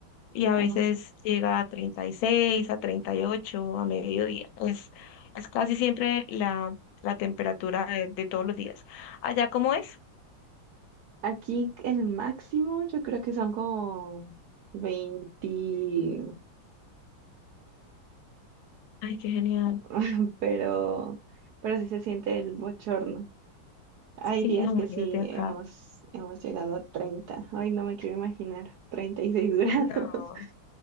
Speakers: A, on the left; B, on the right.
A: y a veces
B: Ah,
A: llega a 36 a 38 a mediodía. Es, es casi siempre la, la temperatura de, de todos los días. ¿Allá cómo es?
B: Aquí el máximo yo creo que son como 28,
A: Ay, qué genial.
B: <laughs> pero, pero sí se siente el bochorno. Hay
A: Sí,
B: días
A: no, imagínate
B: que sí
A: acá.
B: hemos, hemos llegado a 30. Ay, no me quiero imaginar. 36 grados.
A: No,